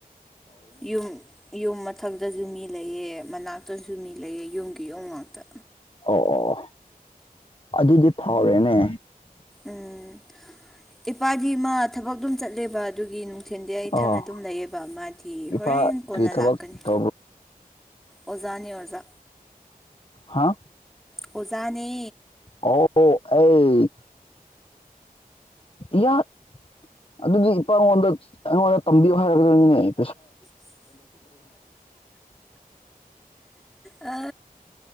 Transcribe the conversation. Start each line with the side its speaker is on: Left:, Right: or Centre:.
Centre: ꯌꯨꯝ ꯌꯨꯝ ꯃꯊꯛꯇꯁꯨ ꯃꯤ ꯂꯩꯑꯦ ꯃꯅꯥꯛꯇꯁꯨ ꯃꯤ ꯂꯩꯑꯦ ꯌꯨꯝꯒꯤ ꯌꯨꯝ ꯉꯥꯛꯇ
Left: ꯑꯣ ꯑꯣ ꯑꯗꯨꯗꯤ ꯐꯥꯔꯦꯅꯦ
Centre: ꯎꯝ ꯏꯄꯥꯗꯤ ꯃꯥ ꯊꯕꯛ ꯑꯗꯨꯝ ꯆꯠꯂꯦꯕ ꯑꯗꯨꯒꯤ ꯊꯤꯟꯗꯤ ꯑꯩ
Left: ꯑꯣ
Centre: ꯊꯟꯅ ꯑꯗꯨꯝ ꯂꯩꯑꯦꯕ ꯃꯥꯗꯤ
Left: ꯏꯄꯥ
Centre: ꯍꯣꯔꯦꯟ ꯀꯣꯟꯅ
Left: ꯀꯔꯤ ꯊꯕꯛ
Centre: ꯂꯥꯛꯀꯅꯤ
Left: ꯇꯧꯕ꯭ꯔꯣ
Centre: ꯑꯣꯖꯥꯅꯤ ꯑꯣꯖꯥ
Left: ꯍꯥ
Centre: ꯑꯣꯖꯥꯅꯦ
Left: ꯑꯣ ꯑꯩ ꯏꯌꯥ ꯑꯗꯨꯗꯤ ꯏꯄꯥꯉꯣꯟꯗ ꯑꯩꯉꯣꯟꯗ ꯇꯝꯕꯤꯌꯨ ꯍꯥꯏꯒꯗꯕꯅꯤꯅꯦ <inaudible>
Centre: ꯑ